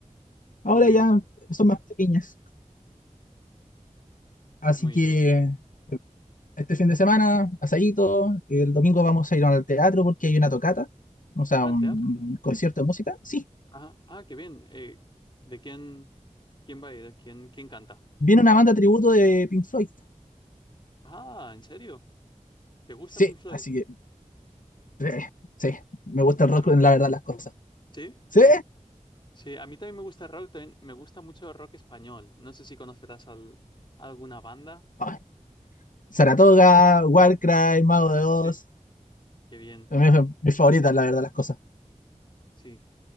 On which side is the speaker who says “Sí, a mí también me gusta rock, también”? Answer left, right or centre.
Left